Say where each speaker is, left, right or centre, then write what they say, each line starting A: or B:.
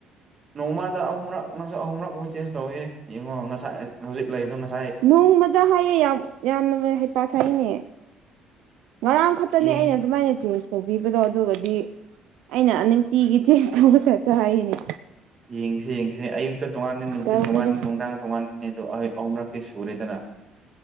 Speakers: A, on the right; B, on the right.
A: ꯅꯣꯡꯃꯗ ꯑꯍꯨꯝꯔꯛ ꯅꯪꯁꯨꯛ ꯑꯍꯨꯝ ꯃꯔꯛꯨꯝꯕ ꯆꯦꯟꯖ ꯇꯧꯋ ꯌꯦꯡꯉꯣ ꯉꯁꯥꯏ ꯍꯧꯖꯤꯛ ꯂꯩꯕꯗꯣ ꯉꯁꯥꯏ
B: ꯅꯣꯡꯃꯗ ꯍꯥꯏꯌꯦ ꯌꯥꯝ ꯌꯥꯝꯅ ꯍꯩ ꯄꯥꯁꯩꯅꯦ ꯉꯔꯥꯡ ꯈꯛꯇꯅꯦ
A: ꯌꯦꯡꯉꯤ
B: ꯑꯩꯅ ꯑꯗꯨꯃꯥꯏꯅ ꯇꯧꯕꯤꯕꯗꯣ ꯑꯗꯨꯒꯗꯤ ꯑꯩꯅ ꯅꯨꯡꯇꯤꯒꯤ ꯇꯦꯁ ꯇꯧꯕ ꯇꯦꯇ ꯍꯥꯏꯅꯤ
A: ꯌꯦꯡꯁꯤ ꯌꯦꯡꯁꯤ ꯑꯌꯨꯛꯇ ꯇꯣꯉꯥꯟ ꯅꯨꯡꯊꯤꯟ
B: ꯇꯧꯕꯅꯤ
A: ꯇꯣꯉꯥꯟ ꯅꯨꯡꯗꯥꯡ ꯇꯣꯉꯥꯟꯕꯅꯤ ꯑꯗꯣ ꯑꯍꯨꯝꯂꯛꯇꯤ ꯁꯨꯔꯦꯗꯅ